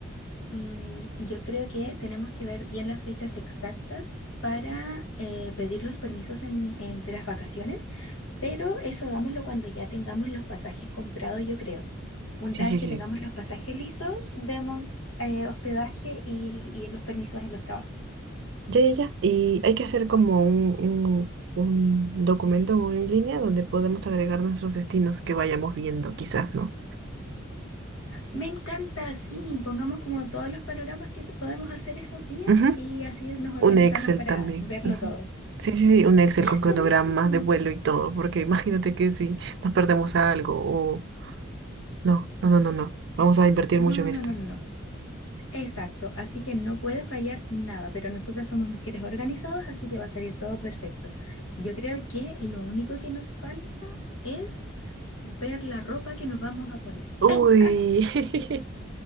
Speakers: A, on the left; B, on the right.
A: Mm, yo creo que tenemos que ver bien las fechas exactas para eh, pedir los permisos en, en- de las vacaciones, pero eso hagámoslo cuando ya tengamos los pasajes comprados, yo creo. Una
B: Sí, sí,
A: vez que
B: sí.
A: tengamos los pasajes listos, vemos eh, hospedaje y, y los permisos en los trabajos.
B: Ya, ya, ya. Y hay que hacer como un, un, un documento o en línea donde podemos agregar nuestros destinos que vayamos viendo, quizás, ¿no?
A: Me encanta, sí, pongamos como todos los panoramas que te- podemos hacer esos días
B: Ujú.
A: y así nos organizamos
B: Un Excel
A: para
B: también.
A: verlo
B: ujú.
A: todo.
B: Sí, sí, sí, un Excel
A: Eso
B: con cronogramas
A: mismo.
B: de vuelo y todo, porque imagínate que si nos perdemos algo o... No, no, no, no, no. Vamos a invertir
A: No,
B: mucho en
A: no,
B: esto.
A: no, no. no. Exacto, así que no puede fallar nada, pero nosotras somos mujeres organizadas, así que va a salir todo perfecto. Yo creo que lo único que nos falta es ver la ropa que nos vamos a poner.
B: Uy,
A: <laughs>
B: <laughs>